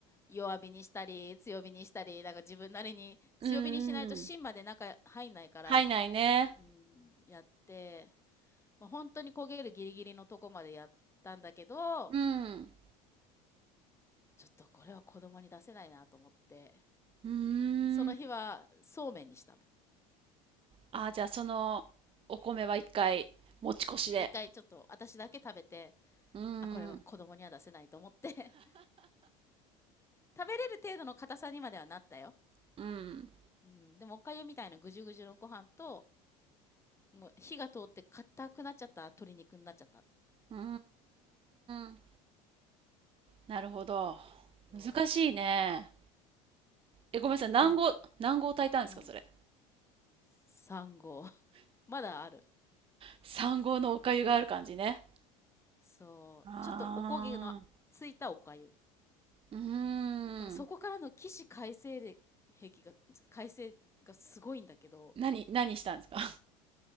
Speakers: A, on the left (about 15°); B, on the right (about 30°).
A: 弱火にしたり、強火にしたり、なんか自分なりに、強火にしないと芯まで中入んないから、
B: うんうんうん。入んないね。
A: うん、やって、もう本当に焦げるギリギリのとこまでやったんだけど、
B: うん。
A: ちょっとこれは子供に出せないなと思って、
B: うーん。
A: その日はそうめんにしたの。
B: あ、じゃあそのお米は一回持ち越しで。
A: 一回ちょっと私だけ食べて、
B: うーん。
A: あ、これは子供には出せないと思って <laughs> 食べれる程度の硬さにまではなったよ。
B: うん。
A: うん、でもおかゆみたいなぐじゅぐじゅのご飯と、もう火が通って硬くなっちゃった鶏肉になっちゃった
B: うーん。なるほど。
A: の。
B: 難しいね。
A: もう
B: え、ごめんなさい。何合、
A: でも、
B: 何合炊いたんですか、
A: うん、
B: それ。
A: 3合 <laughs> まだある。
B: 3合のお粥がある感じね。
A: そう、
B: あ
A: ちょっとおこげのついたお粥
B: あ。うーん。
A: でもそこからの起死回生で兵器が回生がすごいんだけど
B: 何、何したんですか